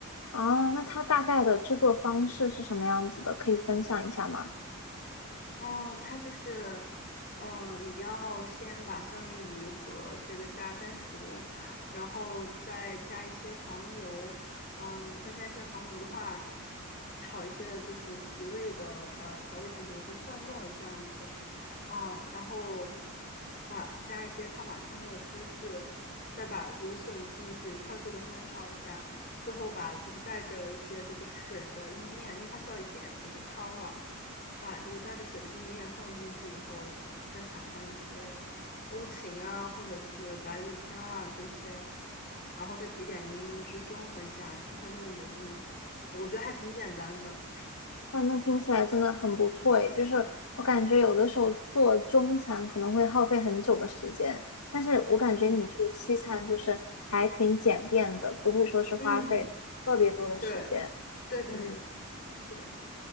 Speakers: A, on the left; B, on the left.
A: 哦，那它大概的制作方式是什么样子的？可以分享一下吗？
B: 嗯，它就是，嗯，你要先把三文鱼和这个虾煎熟，然后再加一些黄油，嗯，再加一些黄油的话，炒一些就是提味的调调味品，比如说蒜末这样子，啊，然后把加一些帕玛森的芝士，再把芦笋进去，快速的翻炒一下，最后把就是带着一些这个水的意面，因为它需要一点就是汤嘛。把这个带着水的意面放进去以后，再撒上一些欧芹啊，或者是百里香啊这些，然后再挤点柠檬汁中和一下，不会那么油腻。对，我觉得还挺简单的。
A: 哇，那听起来真的很不错诶，就是我感觉有的时候做中餐可能会耗费很久的时间，但是我感觉你这个西餐就是还挺简便的，
B: 嗯
A: 不会说是花费特别多的时间。
B: 嗯，对对对对，
A: 嗯，
B: 是的。